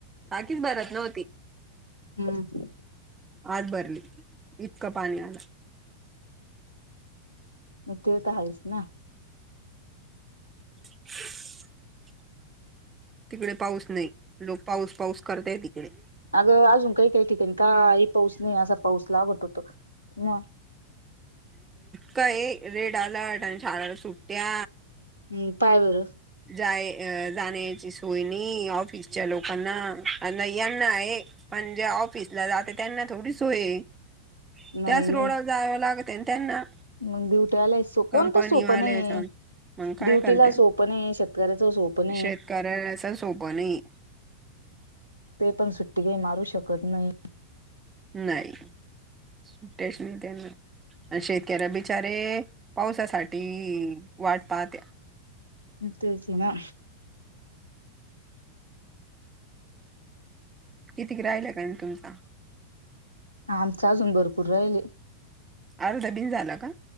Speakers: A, on the right; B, on the left.
A: बाकीच भरत नव्हती
B: हम्म
A: आज भरली इतका पाणी आला
B: म ते तर आहेस ना
A: ह तिकडे पाऊस नाही लोक पाऊस पाऊस करतय तिकडे
B: अगं अजून काही काही ठिकाणी काही पाऊस नाही असा पाऊस ला आवट होतो म
A: काय रेड अलर्ट आणि झााराला सुट्ट्या
B: हम्म पाय बरं
A: जाण्याची सोय ऑफिसच्या लोकांना नना आहे म्हणजे ऑफिसला जाते त्यांना थोडी सोय
B: नाही
A: त्याच
B: नाही
A: रोडला जाव लागत आणि त्यांना
B: मग ड्युटीला
A: कंपनीवाल्याचा
B: कोणत सोप नाही
A: मग काय
B: ड्युटीला
A: करत्या
B: सोपं शेतकऱ्याच सोपन
A: शेतकऱ्याला असं सोपं नाही
B: ते पण सुट्टी काही मरू शकत नाही
A: नाही स्टेशन देणार आणि शेतकऱ्या बिचारे पावसासाठी वाढत त्या्या
B: तेस ना
A: कितीक राहिलं काय म तुमचा
B: हा आमच अजून भरपूर राहिले
A: अर्ध बीन झाला का